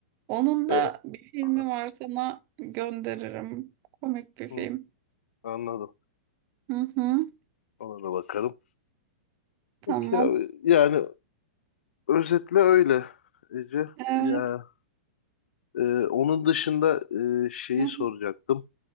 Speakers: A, on the right; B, on the left.
A: Onun da
B: E,
A: bir filmi
B: ha,
A: var sana gönderirim. Komik bir film.
B: hı, anladım.
A: Hı hı.
B: Ona da bakarım.
A: Tamam.
B: Peki abi. Yani özetle öyle Ece.
A: Evet.
B: Ya, e, onun dışında e, şeyi
A: Hı hı.
B: soracaktım.